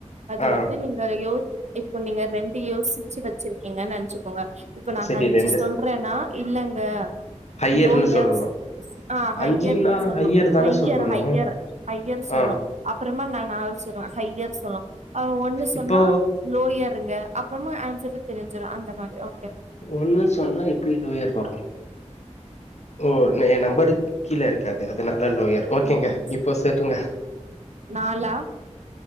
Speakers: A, on the right (about 65°); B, on the left (about 65°).
A: அது
B: ஆ
A: வந்து நீங்க யோ இப்ப நீங்க ரெண்டு யோசிச்சு வச்சிருக்கீங்க நெனச்சுக்கோங்க இப்ப நா
B: சரி
A: அஞ்சு
B: ரெண்டு
A: சொன்னனா இல்லங்க
B: ஹையர்ன்னு
A: லோயர்ஸ்
B: சொல்லணு
A: ஆ ஹையர்ன்னு
B: அஞ்சுன்னா
A: சொல்ணு
B: தான
A: ஹையர்
B: சொல்லணு
A: ஹையர் ஹையர் சொல்ணு
B: ஆ
A: அப்பறமா நா நால் சொல்லுவ ஹையர் சொல்லா ஒண்ணு சொன்னா
B: இப்போ
A: லோயர்ங்க அப்பறமா ஆன்சர் தெரிஞ்சிரு அந்த மாரி ஓகேவா
B: ஒண்ணு சொன்னா எப்டி லோயர் வரு ஓ என் நம்பரு கீழ இருக்காது அதனால லோயர் ஓகேங்க
A: ம்
B: இப்போ சொல்லுங்க
A: நாலா